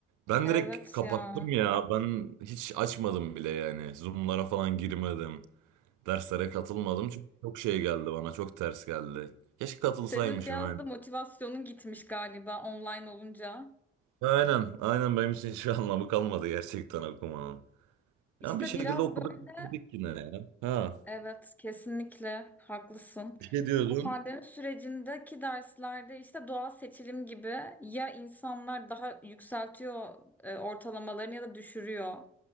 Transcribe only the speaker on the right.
Ben
direkt kapattım
ya. Ben hiç açmadım bile yani. Zoom'lara falan girmedim. Derslere katılmadım çünkü çok şey geldi bana çok ters geldi. Keşke katılsaymışım
aynen.
Aynen aynen benim için hiçbir <laughs> anlamı kalmadı gerçekten okumanın.
Yani bir şekilde
okuduk
bitirdik yine ya. Ha
bir şey diyordun.